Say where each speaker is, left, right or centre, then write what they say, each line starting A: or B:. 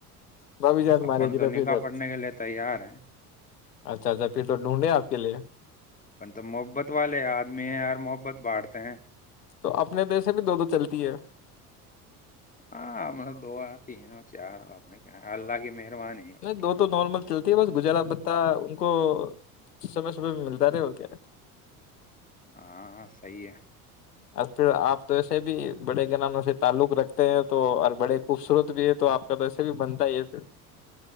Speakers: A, on the left; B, on the left.
A: بھابھی جان مارے
B: اپن
A: گی
B: تو
A: پھر
B: نکاح
A: ادھر
B: پڑنے کے لیے تیار ہے
A: اچھا اچھا پھر تو ڈھونڈے آپ کے لیے
B: پ تو محبت والے آدمی ہیں یار محبت باٹتے ہیں
A: تو اپنے پیسے بھی دو دو چلتی ہے
B: ہاں ہم نے دو ہے تین ہو چار ہم اللہ کی مہربانی ہے
A: نہیں
B: اور کیا
A: دو تو نارمل چلتی بس گجالا پتہ ان کو سمے سمے میں ملتا رہے اور کیا
B: ہاں ہاں صحی ہے
A: اور پھر آپ تو ایسے بھی بڑے گنانوں سے تعلق رکھتے ہیں تو اور بڑے خوبصورت بھی ہے تو آپ کا تو ایسے بھی بنتا ہی ہے پ